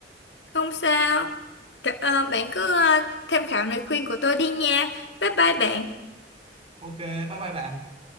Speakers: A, on the left; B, on the right.
A: Không sao. Cả- ờ, bạn cứ ờ, tham khảo lời khuyên của tôi đi nha. Bye bye bạn.
B: Ok, bye bye bạn.